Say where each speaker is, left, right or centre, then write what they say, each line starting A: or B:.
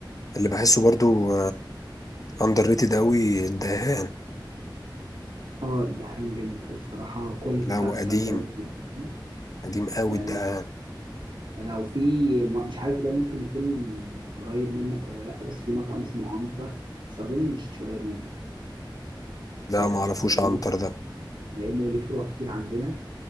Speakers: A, on the left (about 45°); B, on the right (about 75°).
A: اللي بحسه برضو اندر ريتد قوي الدهان
B: اه ده حامي جامد أوي الصراحة الكواليتي
A: لا
B: بتاعته
A: هو قديم
B: ثابتة برضه جدا
A: قديم قوي
B: آه،
A: الدهان
B: لو في م- مش عارف ده ممكن يكون قريب منك ولا لأ بس في مطعم اسمه عنتر بس أظن مش قريب منك
A: لا
B: آه،
A: ما اعرفوش
B: لأنه
A: عنتر ده
B: لأنه ليه فروع كتير عندنا